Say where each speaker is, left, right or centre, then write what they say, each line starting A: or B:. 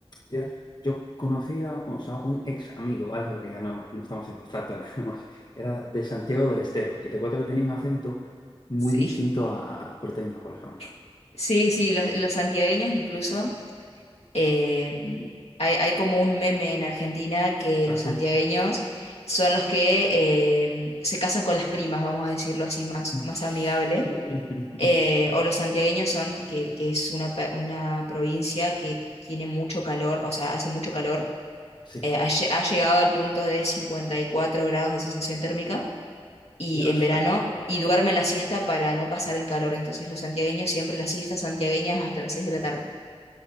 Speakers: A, on the left; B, on the left.
A: ya, Yo conocía, o sea, un ex amigo, ¿vale? Porque ya no, no estamos en contacto, <laughs> nada más. Era de Santiago del Estero y recuerdo que tenía un acento muy
B: Sí,
A: distinto a, a- a los porteños, por ejemplo.
B: <laughs> sí, sí, los, los santiagueños incluso. eh, hay, hay como un meme en Argentina que
A: Así.
B: los santiagueños son los que eh, se casan con las primas, vamos a decirlo así, más, más
A: <laughs>
B: amigable. eh, o los santiagueños son, que, que es una, pa- una provincia que tiene mucho calor, o sea, hace mucho calor.
A: Sí.
B: Eh, ha, lle- ha llegado al punto de 54 grados de sensación térmica y
A: Dios
B: en verano
A: bendito.
B: y duermen la siesta para no pasar el calor. Entonces los santiagueños siempre las siestas santiagueñas hasta las 6 de la tarde.